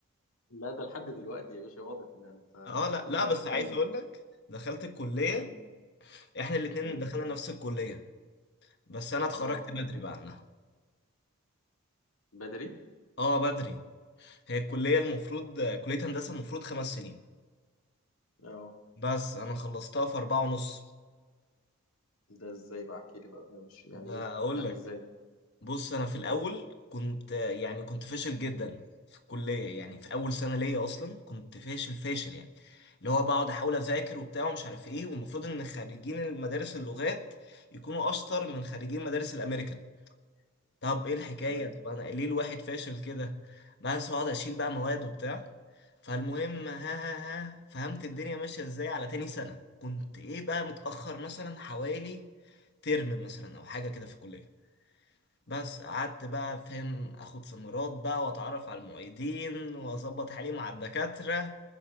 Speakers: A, on the left; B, on the left.
A: لا ده لحد دلوقتي يا باشا واضح ده أنت آه
B: اه لا لا بس
A: آه،
B: عايز
A: كمل
B: اقول لك دخلت الكليه
A: مم.
B: احنا الاتنين
A: مم.
B: دخلنا نفس الكليه بس انا اتخرجت
A: أه
B: بدري بقى عنها
A: بدري؟
B: اه بدري هي الكليه المفروض كليه هندسه المفروض خمس سنين
A: أه
B: بس انا خلصتها في اربعة ونص
A: ده إزاي بقى أحكي لي بقى أنا مش يعني
B: ده
A: إيه؟
B: اقول
A: يعني
B: لك
A: إزاي؟
B: بص انا في
A: مم.
B: الاول كنت يعني كنت فاشل جدا في الكليه يعني في اول سنه ليا اصلا كنت فاشل فاشل يعني اللي هو بقعد احاول اذاكر وبتاع ومش عارف ايه والمفروض ان خريجين المدارس اللغات يكونوا اشطر من خريجين مدارس الامريكان طب ايه الحكاية
A: تمام
B: طب انا ليه الواحد فاشل كده بس اقعد اشيل بقى مواد وبتاع فالمهم ها ها ها فهمت الدنيا ماشية ازاي على تاني سنة كنت ايه بقى متأخر مثلا حوالي ترم مثلا او حاجة كده في الكلية بس قعدت بقى فاهم اخد سمرات بقى واتعرف على المعيدين واظبط حالي مع الدكاترة